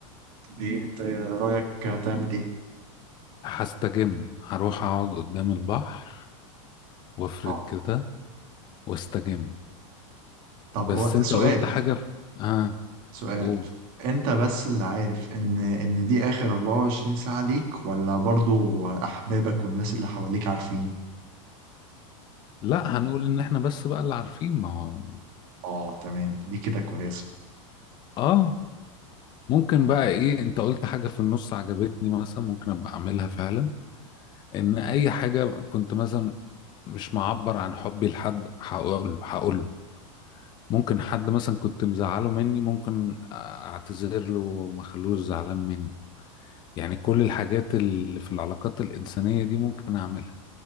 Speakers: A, on the right; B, on the left.
A: دي أنت رأيك تعمل إيه؟
B: هستجم هروح اقعد قدام البحر وافرد
A: أه
B: كده واستجم
A: طب
B: بس
A: هو
B: انت
A: سؤال
B: قلت حاجة في... اه
A: سؤال
B: قول
A: أنت بس اللي عارف إن إن دي آخر 24 ساعة ليك ولا برضو أحبابك والناس اللي حواليك عارفين؟
B: لا هنقول ان احنا بس بقى اللي عارفين ما هو
A: أه تمام دي كده كويسة
B: اه ممكن
A: م،
B: بقى ايه انت قلت حاجة في النص عجبتني مثلا ممكن ابقى اعملها فعلا ان اي حاجة كنت مثلا مش معبر عن حبي لحد هقول هقول له ممكن حد مثلا كنت مزعله مني ممكن اعتذر له وما اخلوش زعلان مني يعني كل الحاجات اللي في العلاقات الإنسانية دي ممكن اعملها